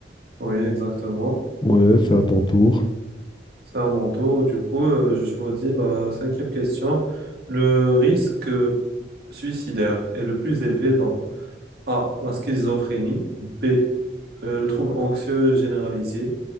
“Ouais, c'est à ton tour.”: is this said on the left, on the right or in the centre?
Left